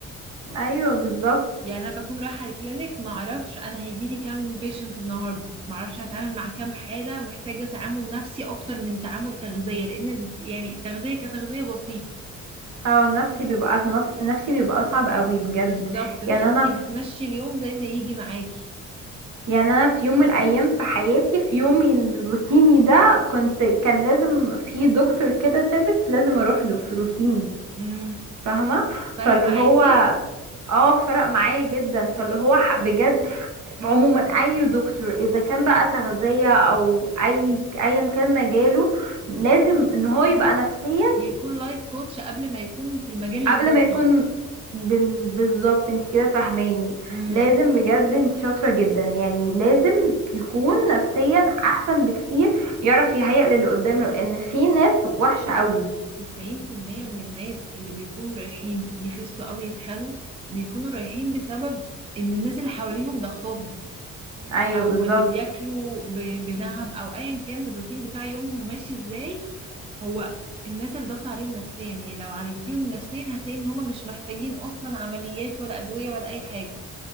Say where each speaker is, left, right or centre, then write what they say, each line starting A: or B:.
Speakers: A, on the right; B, on the right.
A: ايوه بالظبط
B: يعني انا بكون رايحه الكلينيك ما اعرفش انا هيجي لي كام بيشنت النهارده ما اعرفش هتعامل مع كام حاله محتاجه تعامل نفسي اكتر من تعامل تغذيه لان يعني التغذيه كتغذيه بسيطه
A: اه النفسي بيبقى نفسي بيبقى صعب قوي بجد
B: بالظبط فانتي
A: يعني انا
B: بتمشي اليوم زي ما يجي معاكي
A: يعني انا في يوم من الايام في حياتي في يومي الروتيني ده كنت كان لازم في دكتور كده سيرفيس لازم اروح له في روتيني
B: امم
A: فاهمه
B: فرق
A: فاللي
B: معاكي
A: هو اه فرق معايا جدا فاللي هو ح- بجد عموما اي دكتور اذا كان بقى تغذيه او اي ايا كان مجاله لازم ان هو يبقى نفسيا
B: يكون لايف كوتش قبل ما يكون في المجال اللي
A: قبل
B: هو
A: ما
B: فيه
A: يكون بال... بالظبط انت كده فاهماني
B: امم
A: لازم بجد انت شاطرة جدا يعني لازم يكون نفسيا احسن بكتير يعرف يهيأ للي قدامه لان في ناس وحشة قوي
B: 90% من الناس اللي بيكونوا رايحين يخسوا أو يتخنوا بيكونوا رايحين بسبب إن الناس اللي حواليهم ضغطهم
A: ايوه
B: أو
A: بالظبط
B: اللي بياكلوا ب- بنهم أو أيا كان الروتين بتاع يومهم ماشي إزاي هو الناس اللي ضغط عليهم نفسيا يعني لو عالجتيهم نفسيا هتلاقي إن هما مش محتاجين أصلا عمليات ولا أدوية ولا أي حاجة